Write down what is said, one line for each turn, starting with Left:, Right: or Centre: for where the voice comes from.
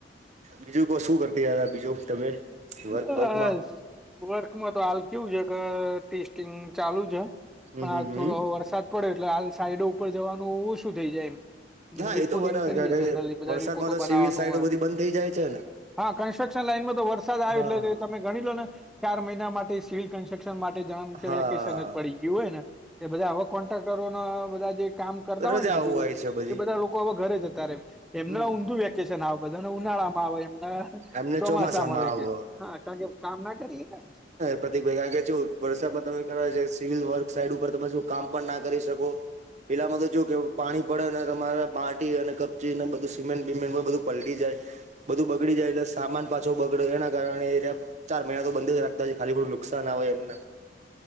Right: બીજું કો શું કરતી <unintelligible> બીજું તમે વર્ક
Centre: બસ
Right: વર્કમાં
Centre: વર્કમાં તો હાલ કેવું છે કે ટેસ્ટિંગ ચાલુ છે
Right: હમ
Centre: પણ
Right: હમ
Centre: આ
Right: હમ
Centre: થોડો વરસાદ પડે એટલે હાલ સાઈડો ઉપર જવાનું શું થઈ જાય એમ
Right: હા
Centre: રિપોર્ટિંગ
Right: એ તો બરાબર
Centre: કરીએ.
Right: કારણ કે
Centre: જનરલ એ બધા
Right: વરસાદમાં
Centre: રિપોર્ટો
Right: તો
Centre: બનાવાનું
Right: સિવિલ સાઈડો
Centre: હોય,
Right: બધી બંધ થઈ જાય છે ને
Centre: હા કન્સ્ટ્રક્શન લાઈનમાં તો વરસાદ આવે
Right: હા
Centre: એટલે તમે ગણી લો ને ચાર મહિના માટે સિવિલ કન્સ્ટ્રક્શન માટે જ કે
Right: હા
Centre: વેકેશન જ પડી ગિયું. એવું હોય ને કે બધા આવા કોન્ટ્રાક્ટરો ના બધા જે કામ કરતા
Right: રજાઓ
Centre: હોય ને મજૂરીયા
Right: છે બધી
Centre: એ બધા લોકો હવે ઘરે જતા ર એમના
Right: હમ
Centre: ઊંધું વ્યક્તિ છે ને આ બધા ને ઉનાળામાં આવે એમના
Right: એમને
Centre: ચોમાસામાં વેકેશન
Right: આવો
Centre: હા કારણ કે કામ ના કરીએ હકે.
Right: પ્રતકભાઈ કારણ કે વરસાદમા તમે કરવા જાય સિવલ વર્ક સાઈડ ઉપર તો પાછુ કામ પણ ના કરી શકો. પેલામાં તો જો કેવું પાણી પડે તમારા માટી અને કપચી ને બધું સીમેન્ટ બીમેન્ટ બધું પલટી જાય. બધું બગડી જાય એટલે સામાન પાછો બગડે એના કારણે ચાર મહિના તો બંધ જ રાખ બા ખાલી ખુટું નુકશાન આવે એમને.